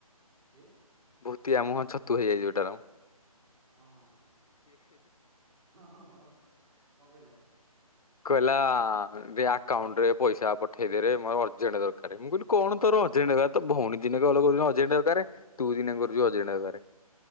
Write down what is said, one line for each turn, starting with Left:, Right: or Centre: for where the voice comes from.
Right: କିଏ?
Left: ଭୂତିଆ ମୁହଁ ଛତୁ ହେଇଯାଉଚି ହେଟାରମ।
Right: ହଁ ହଁ ହଁ ହ ହ କଣ କହିଲା?
Left: କହିଲା ଦେ ଆକାଉଣ୍ଟ୍ ରେ ପଇସା ପଠେଇଦରେ ମୋର ଅର୍ଜେଣ୍ଟ ଦରକାର୍ ମୁଁ କହିଲି କଣ ତୋର ଅର୍ଜେଣ୍ଟ ଦରକାର୍ ତ ଭଉଣୀ ଦିନେ କଲ୍ କରୁଚନ୍ତି ଅର୍ଜେଣ୍ଟ ଦରକାର୍ ତୁ ଦିନେ କରୁଚୁ ଅର୍ଜେଣ୍ଟ ଦରକାର୍।